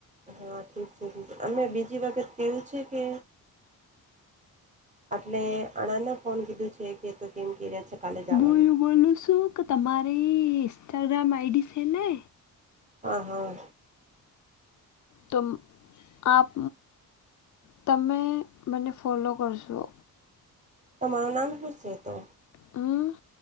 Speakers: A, on the right; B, on the left.
A: હા ઠીક છે ઠીક છે અમે બીજી વખત કેવું છે કે એટલે અણને ફોન કીધું છે કે તો કેમ ક્યા છે કાલે જવાનું
B: હું એવું બોલું છું કે તમારી ઇન્સ્ટાગ્રામ આઈડી છે ને
A: હા હા
B: તુમ આપ તમે મને ફોલો કરશો
A: તમારું નામ હું સે તો
B: હું